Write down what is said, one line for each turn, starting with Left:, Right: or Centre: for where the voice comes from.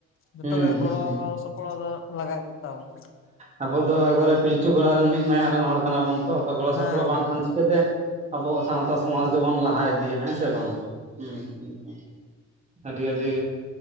Left: ᱡᱚᱛᱚ
Right: ᱦᱩᱸ
Left: ᱜᱮ
Right: ᱦᱩᱸ
Left: ᱜᱚᱲᱚᱻ
Right: ᱦᱩᱸ
Left: ᱥᱚᱯ- ᱯᱚᱫᱚᱜ ᱞᱟᱜᱟᱜ ᱜᱮ ᱛᱟᱵᱚᱱᱟ᱾
Right: ᱟᱵᱚ ᱫᱚ ᱮᱠᱵᱟᱨᱮ ᱯᱤᱞᱪᱩ ᱜᱚᱲᱟ ᱨᱮᱱ ᱢᱤᱫ ᱢᱟᱭᱟᱝ ᱨᱮᱱ ᱦᱚᱲ ᱠᱟᱱᱟ ᱵᱚᱱ ᱛᱚ, ᱜᱚᱲᱚ ᱥᱚᱯᱚᱲᱚᱜ
Left: ᱦᱮᱸ
Right: ᱵᱟᱝ
Left: ᱦᱮᱸ
Right: ᱠᱷᱟᱱ ᱪᱤᱠᱟᱹᱛᱮ ᱟᱵᱚᱣᱟᱜ ᱥᱟᱶᱛᱟ ᱥᱚᱢᱟᱡᱽ ᱫᱚᱵᱚᱱ ᱞᱟᱦᱟ ᱤᱫᱤᱭᱟ ᱦᱮᱸ ᱥᱮ ᱵᱟᱝᱼᱟ? ᱦᱩᱸ! <unintelligible> ᱟᱹᱰᱤ ᱟᱹᱰᱤ